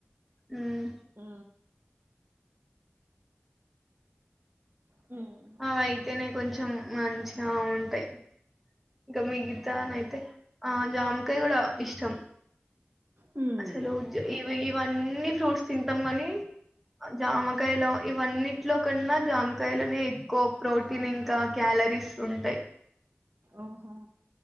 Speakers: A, in the centre; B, on the right.
A: హ్మ్,
B: హు హ్మ్.
A: ఆవి అయితేనేతే కొంచెం మంచిగా ఉంటాయి ఇంకా మిగతా నైయితే ఆ జామకాయ కూడా ఇష్టం
B: హ్మ్.
A: అసలు జ ఈ ఇవన్నీ ఫ్రూట్స్ తింటాం గాని జామకాయలో ఇవన్నింటిలో కన్నా జామకాయలోనే ఎక్కువ ప్రోటీన్ ఇంకా క్యాలరీస్ ఉంటాయి
B: ఓహో